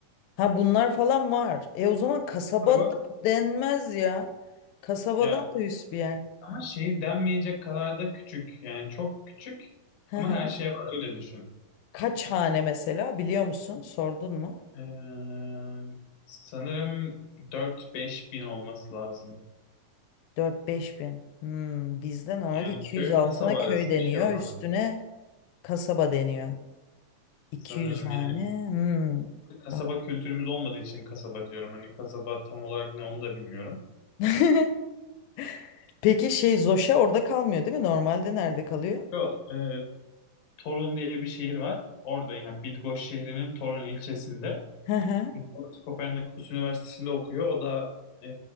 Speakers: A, on the left; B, on the left.
A: Ha bunlar falan var. E o zaman kasabada
B: Var
A: denmez ya. Kasabadan
B: Ya
A: da üst bir yer.
B: ama şeyi denmeyecek kadar da küçük. Yani çok küçük
A: Hı
B: ama
A: hı.
B: her şey var öyle düşün.
A: Kaç hane mesela biliyor musun? Sordun mu?
B: Ee, sanırım dört beş bin olması lazım.
A: Dört beş bin. Hmm, bizde normalde
B: Yani
A: 200
B: köy
A: altına
B: kasaba
A: köy
B: arası
A: deniyor.
B: bir şey o zaman.
A: Üstüne kasaba deniyor. 200
B: Sanırım
A: hane.
B: yani.
A: Hmm.
B: kasaba
A: An-
B: kültürümüz olmadığı için kasaba diyorum. Hani kasaba tam olarak ne onu da bilmiyorum.
A: <laughs> Peki şey Zoşa orada kalmıyor değil mi? Normalde nerede kalıyor?
B: Yo, e, Torun diye bir şehir var. Orada yani Bidgoş şehrinin Torun ilçesinde.
A: Hı hı.
B: Nikolaus Kopernikus Üniversitesi'nde okuyor. O da e,